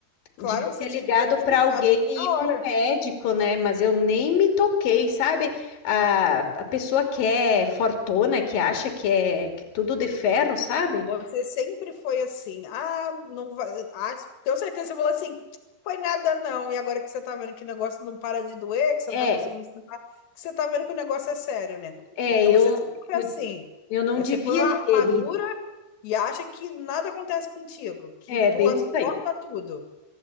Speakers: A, on the left; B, on the left.
A: claro,
B: Devia
A: você
B: ter
A: tinha
B: ligado
A: que ter me
B: para
A: ligado
B: alguém
A: na
B: e ir para
A: hora.
B: o médico, né? Mas eu nem me toquei, sabe? A, a pessoa que é fortona, que acha que é que tudo de ferro, sabe?
A: Você sempre foi assim, ah, não vai, ah, tenho certeza, que você falou assim, foi nada não, e agora que você tá vendo que o negócio não para de doer, que você
B: É,
A: não tá conseguindo se limpar, que você tá vendo que o negócio é sério, né?
B: é,
A: Porque
B: eu,
A: você sempre foi
B: eu,
A: assim,
B: eu não
A: Aí
B: devia
A: você põe uma
B: de
A: armadura
B: ter ido.
A: e acha que nada acontece contigo, que
B: É,
A: tu
B: bem isso
A: suporta
B: aí,
A: tudo.